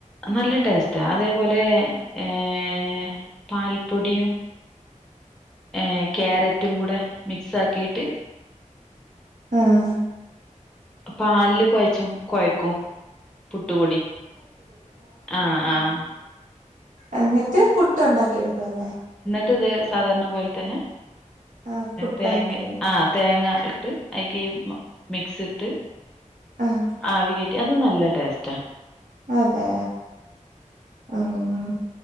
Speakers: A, in the centre; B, on the right.
A: നല്ല ടേസ്റ്റാ അതേപോലെ ഏ ഏേ പാൽപ്പൊടിയും. ഏർ. ക്യാരറ്റും കൂടെ മിക്സ് ആക്കിട്ട്.
B: ആഹ്
A: പാല് കുഴച്ചും കൊഴക്കും പുട്ടുപൊടി. ആഹ് ആഹ്
B: എന്നിട്ട് പുട്ട് ഉണ്ടാക്കി എടുക്കുംല്ലേ?
A: ട്ടത് സാധാരണ പോലെ തന്നെ
B: ആഹ് പുട്ടാക്കിയത്
A: തേങ്ങ ആഹ് തേങ്ങ ഇട്ട് അയ്ക് മിക്സ് ഇട്ട്
B: ആഹ്
A: ആവി കേറ്റിട അതുംനല്ലേ ടേസ്റ്റാ സ്റ്റാ
B: അതെ ഉം